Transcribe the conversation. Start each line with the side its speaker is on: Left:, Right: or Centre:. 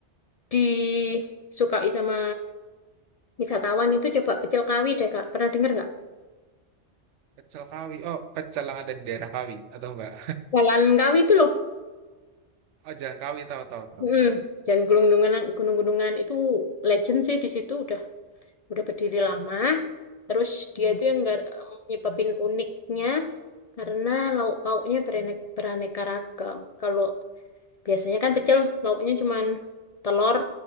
Left: disukai sama wisatawan itu coba pecel kawi deh kak. Pernah dengar nggak?
Right: pecel Kawi. Oh, pecel yang ada di daerah Kawi atau enggak?
Left: Jalan Kawi itu loh.
Right: Oh, Jalan Kawi tahu tahu tahu
Left: Mm.
Right: tahu.
Left: Jalan Gunung-Gunungan, Gunung-Gunungan itu legend sih di situ udah udah berdiri lama. Terus dia itu yang nggak nyebabin uniknya karena lauk pauknya berane- beraneka ragam. Kalau biasanya kan pecel lauknya cuman telur